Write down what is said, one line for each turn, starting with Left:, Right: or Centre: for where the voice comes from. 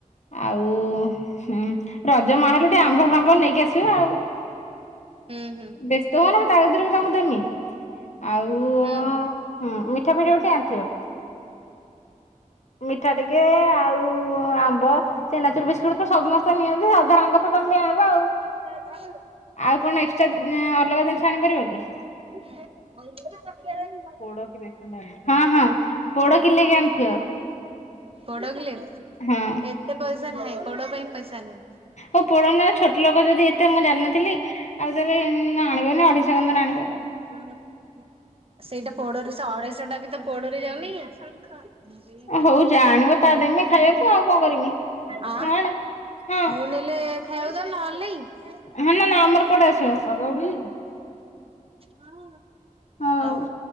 Left: ଆଉ ହୁଁ ରଜ ମାହୋଲ ଟିକେ ଆମ୍ବ ଫାମ୍ବ ନେଇକି ଆସିବ ଆଉ
Right: ହୁଁ ହୁଁ
Left: ବେଶ ତୋର ମୁଁ ତାକତିରେ ବି ତମଙ୍କୁ ଦେମି ଆଉ ହଁ
Right: ହୁଁ
Left: ମିଠା ପିଠା ବି ଟିକେ ଆଣିଥିବ। ମିଠା ଟିକେ ଆଉ ଆମ୍ବ ଚେନାଚୁର ବିସ୍କୁଟ ତ ସମସ୍ତେ ନିଅନ୍ତି ସାଧାରଣ କଥା ତମେ ବି ଆଣିବ ଆଉ।
Right: ହଉ।
Left: ଆଉ କଣ ଏକ୍ସଟ୍ରା ଅଲଗା ଜିନିଷ ଆଣିପାରିବା କି?
Right: ହୁଁ। <inaudible> <unintelligible>
Left: ପୋଡ଼ କିଲେ ଖଣ୍ଡେ ଆଣିଥିବ ହଁ ହଁ ପୋଡ଼ କିଲେକି ଆଣିଥିବ।
Right: ପୋଡ କିଲେ
Left: ହଁ
Right: ଏତେ ପଇସା ନାହିଁ ପୋଡ ପାଇଁ ପଇସା ନାହିଁ।
Left: ଓ ପୋଡ଼ନେ ଛୋଟ୍ କିଲକ ଯଦି ଏତେ ମୁଁ ଜାଣିନଥିଲି ଆଉ ତାହଲେ ଆଣିବନି ଅଢ଼େଇଶ ଖଣ୍ଡେ ତାନେ ଆଣିବ।
Right: ହ ହଁ। <inaudible> ସେଇଟା ପୋଡରେ ସେ ଅଢେଇଶ ଟା ବି ତ ପୋଡରେ ଯାଉନି କି?
Left: ହଉ ଯାହା ଆଣିବ ତା ଟାଇମ ନାଇଁ ଖାଇବାକୁ। ଆଉ କଣ କରିମି
Right: ଆ
Left: ଆଣେ ହଁ
Right: ମୁଁ ନେଲେ ଖାଇବାକୁ ଦଉ ନହେଲେ ନାଇଁ?
Left: ହଁ ନା ନା ଆମର କୁଆଡୁ ଆସିବ।
Right: ହଁ
Left: ହଁ
Right: ଆଉ